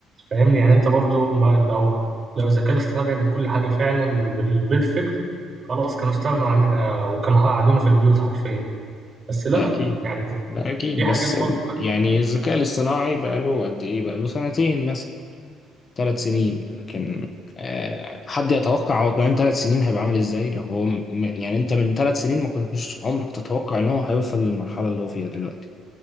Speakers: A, on the right; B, on the left.
A: فاهمني يعني انت برضو ما لو لو الذكاء الاصطناعي بيعمل كل حاجة فعلا بالبيرفكت خلاص كانوا استغنوا عننا وكانوا قعدونا في البيوت حرفيا بس لا
B: ده اكيد
A: يعني
B: ده اكيد
A: في حاجات
B: بس
A: برضو انت
B: يعني الذكاء الاصطناعي بقاله قد ايه بقاله سنتين مثلا ثلاث سنين لكن آه، حد يتوقع هو كمان ثلاث سنين هيبقى عامل ازاي لو هو م- يعني انت من ثلاث سنين ما كنتش عمرك تتوقع ان هو هيوصل للمرحلة اللي هو فيها دلوقتي